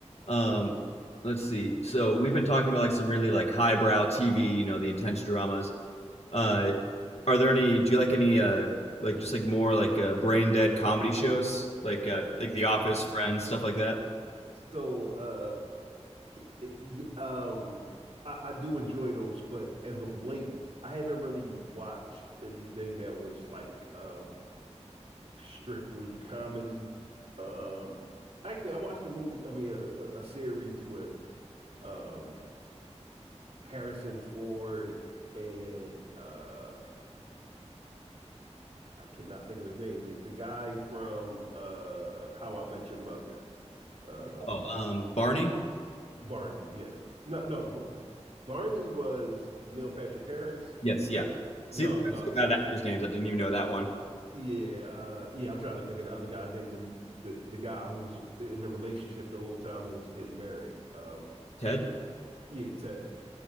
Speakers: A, on the left; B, on the right.
A: Um, let's see. So we've been talking about like some really like highbrow TV, you know, the intense dramas. Uh, are there any? Do you like any uh like just like more like uh, brain dead comedy shows like uh like The Office, Friends, stuff like that?
B: So uh it, it, y- um I, I do enjoy those, but as of late, I haven't really watched anything that was like um strictly comedy. Um, actually, I watched a movie, I mean, a, a a series with um, Harrison Ford and uh, I cannot think of his name. The, the guy from uh, How I Met Your Mother, um,
A: Oh, um, Barney.
B: Barney. Yes, no, no. B Barney was Neil Patrick Harris.
A: Yes, yeah. See,
B: No,
A: look,
B: no,
A: I'm so bad
B: not.
A: at actors' names. I didn't even know that one.
B: Yeah, uh, yeah, I'm trying to think of the other guy named the, the the guy who was in the relationship the whole time and was getting married. Um,
A: Ted?
B: Yeah, Ted.